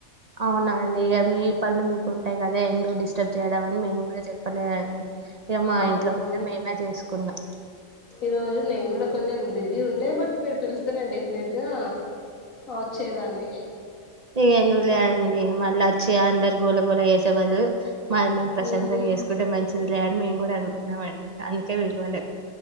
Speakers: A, on the right; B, on the left.
A: అవునా అండి ఇగా మీ పనులు మీకుంటాయి కదా డిస్టర్బ్ చేయడం అని మేము కూడా చెప్పలేదండి ఇక మా
B: అవునా
A: ఇంట్లో మీద మేమే చేసుకున్నాం
B: ఈరోజు నేను కూడా కొంచెం బిజీ ఉండే బట్ మీరు పిలుస్తే నేను డెఫినెట్ గా వచ్చేదాన్ని
A: ఇగా ఎందుకు లేండి మళ్ళ వచ్చి అందరు గోళగోళ వేసే బదులు మాది మేము ప్రశాంతంగా
B: మ్మ్
A: చేసుకుంటే మంచి మంచిదిలే అని మేము కూడా అనుకున్నామండి అందుకే పీలువలే